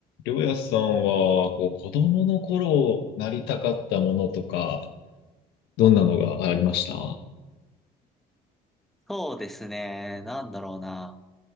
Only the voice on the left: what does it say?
りょうやさんは、こう、子供の頃なりたかったものとか、どんなのがありました